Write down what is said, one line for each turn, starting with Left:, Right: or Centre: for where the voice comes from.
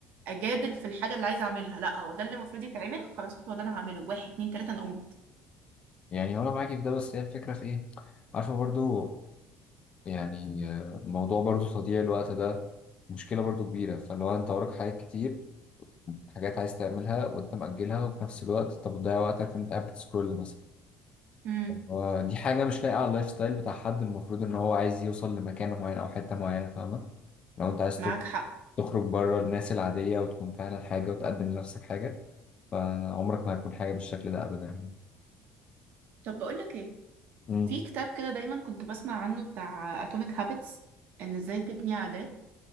Right: أجادل في الحاجة اللي عايزة أعملها لا هو ده اللي المفروض يتعمل خلاص هو ده أنا هعمله واحد اتنين تلاتة أنا قمت
Left: يعني هو انا معاكي في ده بس هي الفكرة في ايه عارفة برضو يعني آه، موضوع برضو تضييع الوقت ده مشكلة برضو كبيرة فاللي هو انت وراك حاجات كتير حاجات عايز تعملها وانت مأجلها وفي نفس الوقت طب بتضيع وقتك انت قاعد بتسكرول مثلا
Right: امم
Left: هو دي حاجة مش لايقة على اللايف ستايل بتاع حد المفروض إن هو عايز يوصل لمكانة معينة أو حتة معينة فاهمة؟ لو أنت عايز تخ-
Right: معاك حق
Left: تخرج بره الناس العادية وتكون فعلا حاجة وتقدم لنفسك حاجة فعمرك ما هتكون حاجة بالشكل ده أبدا يعني.
Right: طب بقول لك إيه
Left: امم
Right: في كتاب كده دايما كنت بسمع عنه بتاع اتوميك هابتس ان ازاي تبني عادات